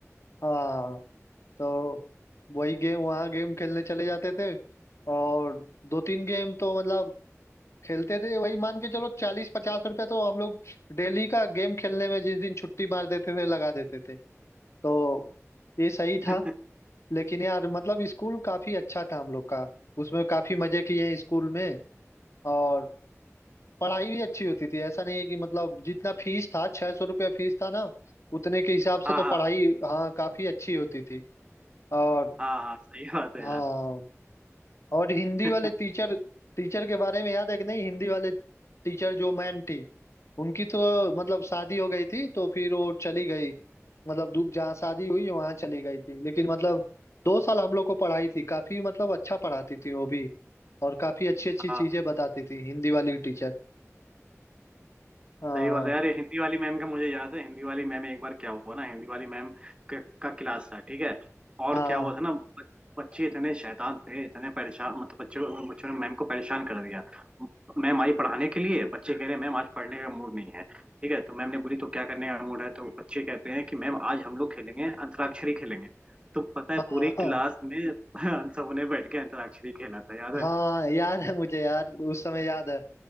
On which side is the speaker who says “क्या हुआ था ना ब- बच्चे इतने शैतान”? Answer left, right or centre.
Right